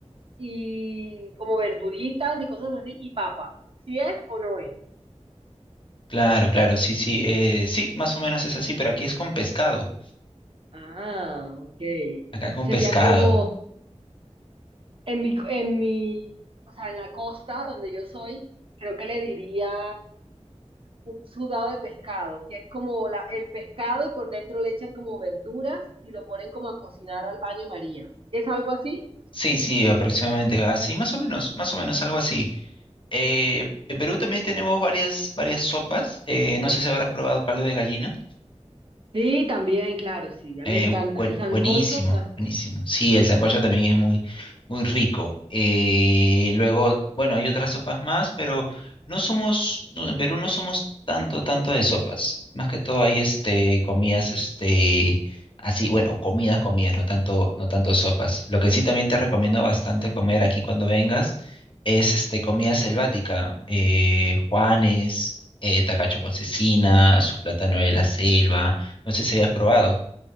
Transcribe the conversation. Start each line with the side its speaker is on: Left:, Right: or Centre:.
Right: y como verduritas y cosas así, y papa. si es o no es?
Left: Claro, claro, sí, sí, eh, sí, más o menos es así, pero aquí es con pescado.
Right: Ah, ok.
Left: Acá con
Right: Sería
Left: pescado.
Right: como en mi, en mi, O sea, en la costa donde yo soy, creo que le dirían un sudado de pescado, que es como la, el pescado y por dentro le echan como verduras y lo ponen como a cocinar al baño María. ¿Es algo así?
Left: Sí, sí, aproximadamente así, más o menos, más o menos algo así. Eh, en Perú también tenemos varias, varias sopas. eh, no sé si habrás probado caldo de gallina.
Right: Sí, también, claro, sí, ya
Left: Eh,
Right: me encanta.
Left: buen-
Right: El sancocho,
Left: buenísimo,
Right: ah,
Left: buenísimo. Sí, el sancocho también es muy, muy rico. Eh, luego, bueno, hay otras sopas más, pero no somos, no, en Perú no somos tanto, tanto de sopas. Más que todo hay este, comidas, este, así, bueno, comidas, comidas, no tanto, no tanto sopas. Lo que sí también te recomiendo bastante comer aquí cuando vengas es este, comida selvática, eh, Juanes, eh, tacacho con cecina, su plátano de la selva. No sé si hayas probado.